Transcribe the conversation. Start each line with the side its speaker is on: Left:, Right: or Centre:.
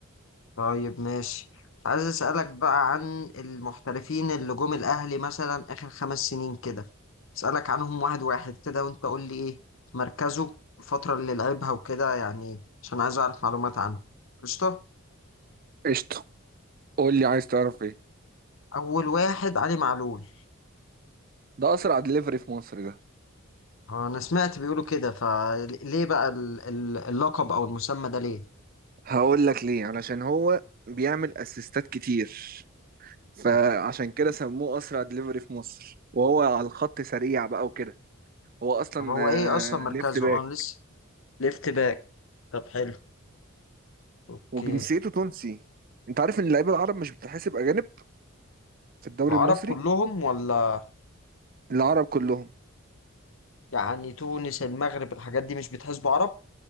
Left: طيب ماشي كنت عايز اسالك بقى عن المحترفين اللي جم الاهلي مثلا اخر خمس سنين كده اسالك عنهم واحد واحد كده وانت قول لي ايه مركزه الفتره اللي لعبها وكده يعني عشان عايز اعرف معلومات عنه قشطه
Right: قشطة قول لي عايز تعرف ايه
Left: اول واحد علي معلول
Right: ده اسرع دليفري في مصر ده
Left: هو انا سمعت بيقولوا كده فليه بقى ال- ال- اللقب او المسمى ده ليه
Right: هقول لك ليه علشان هو بيعمل اسيستات كتير فعشان
Left: طب
Right: كده سموه اسرع دليفري في مصر وهو على الخط سريع بقى وكده هو اصلا
Left: طب هو ايه اصلا مركزه
Right: آه، ليفت باك
Left: اه لسه ليفت باك طب حلو اوكي
Right: وجنسيته تونسي انت عارف ان اللعيبه العرب مش بتحسب اجانب في الدوري
Left: العرب
Right: المصري
Left: كلهم ولا
Right: العرب كلهم
Left: يعني تونس المغرب الحاجات دي مش بتحسبوا عرب